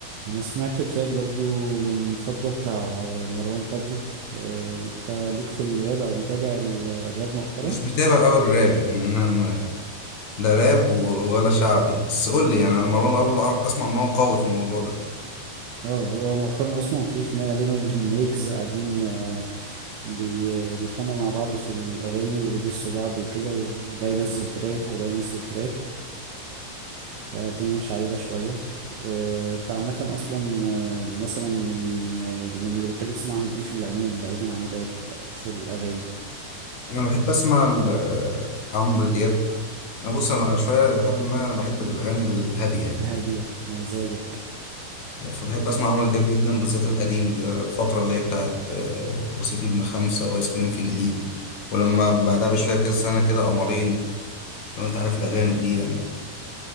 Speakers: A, on the right; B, on the left.
A: انا سمعت تراك برضو من فترة بتاع آه، مروان بابلو آه، انت ليك في الراب او متابع ال- الراب مؤخرا
B: مش متابع أوي الراب يعني أنا ما- لا راب و- ولا شعبي بس قول لي يعني أنا مروان بابلو أعرف- أسمع إن هو قوي في الموضوع ده
A: اه هو مؤخرا اصلا في خناقة بينه وبين <laughs> ويجز قاعدين آه، بي آه، بيتخانقوا مع بعض في الاغاني وبيدسوا بعض وكده وده ينزل تراك وده ينزل تراك آه، الدنيا مش عادلة شوية آه، انت عامة اصلا آه، مثلا من آه، من اللي بتحب تسمعهم ايه في العموم بعيدا عن الراب آه، في الاغاني
B: أنا بحب أسمع ال- آه، عمرو دياب أنا بص أنا شوية لحد ما أنا بحب الأغاني الهادية يعني
A: الهادية مزاجك
B: فبحب أسمع عمرو دياب جدا بالذات القديم ده الفترة اللي هي بتاعت آه، رصيد نمرة خمسة وآيس كريم في جليم ولما بعدها بشوية كده سنة كده قمرين لو أنت عارف الأغاني دي يعني